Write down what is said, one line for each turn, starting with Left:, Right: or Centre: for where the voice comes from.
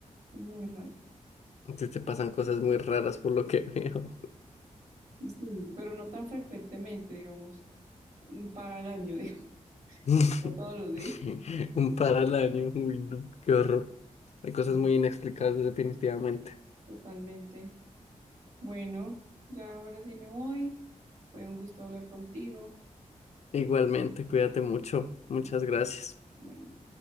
Right: muy raro.
Left: Te, te pasan cosas muy raras por lo que veo.
Right: Sí, pero no tan frecuentemente, digamos, un para al año, <laughs> digamos,
Left: <laughs>
Right: como todos los días.
Left: Un par al año, uy, no, qué horror. Hay cosas
Right: Sí,
Left: muy inexplicables definitivamente.
Right: totalmente. Bueno, ya ahora sí me voy. Fue un gusto hablar contigo y
Left: Igualmente, cuídate mucho.
Right: bueno,
Left: Muchas gracias.
Right: bueno.